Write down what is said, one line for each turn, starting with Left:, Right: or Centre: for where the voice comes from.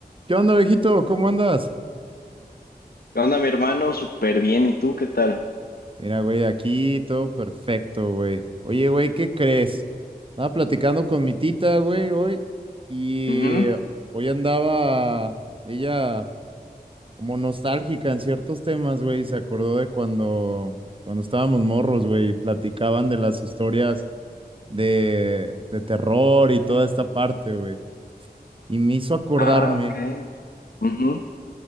Right: ¿Qué onda, viejito? ¿Cómo andas?
Left: ¿Qué onda, mi hermano? Súper bien. ¿Y tú qué tal?
Right: Mira, güey, aquí todo perfecto, güey. Oye, güey, ¿qué crees? Estaba platicando con mi tita, güey, hoy, y
Left: Ujú.
Right: hoy andaba ella como nostálgica en ciertos temas, güey, y se acordó de cuando, cuando estábamos morros, güey, y platicaban de las historias de, de terror y toda esta parte, güey. Y me hizo acordarme
Left: Ah, ok. Ujú.